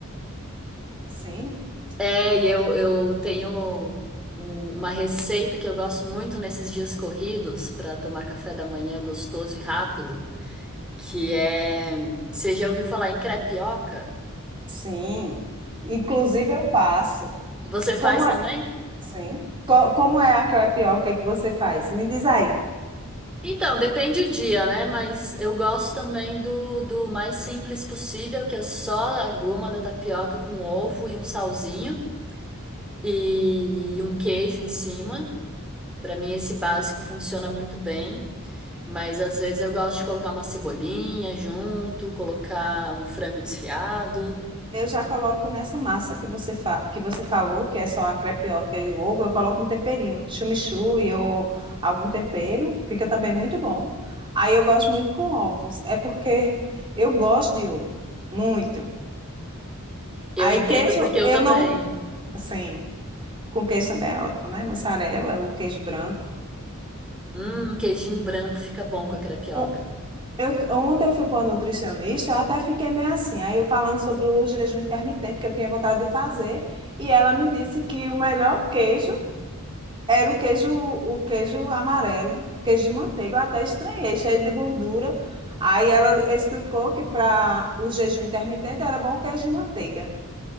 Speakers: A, on the right; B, in the centre.
A: Sim,
B: É, e eu, eu tenho um- uma receita que eu gosto muito nesses dias corridos para tomar café da manhã gostoso e rápido, que é. Você já ouviu falar em crepioca?
A: sim. Inclusive eu faço.
B: Você faz
A: Como é,
B: também?
A: sim. Co- como é a crepioca que você faz? Me diz aí.
B: Então, depende o dia, né? Mas eu gosto também do, do mais simples possível, que é só a goma da tapioca com ovo e um salzinho e um queijo em cima. Pra mim, esse básico funciona muito bem. Mas às vezes eu gosto de colocar uma cebolinha junto, colocar um frango desfiado.
A: Eu já coloco nessa massa que você fa... que você falou, que é só a crepioca e o ovo, eu coloco um temperinho, chimichurri ou algum tempero, fica também muito bom. Aí eu gosto muito com ovos, é porque eu gosto de ovo, muito.
B: Eu
A: Aí
B: entendo
A: queijo,
B: porque eu
A: eu
B: também.
A: não, sim. Com queijo também é ótimo, né? Mussarela ou queijo branco.
B: Hum, um queijinho branco fica bom com a crepioca.
A: On- Eu, ontem eu fui para uma nutricionista, eu até fiquei meio assim. Aí eu falando sobre o jejum intermitente que eu tinha vontade de fazer, e ela me disse que o melhor queijo era o queijo, o queijo amarelo, queijo de manteiga. Eu até estranhei, cheio de gordura. Aí ela explicou que para o jejum intermitente era bom o queijo de manteiga.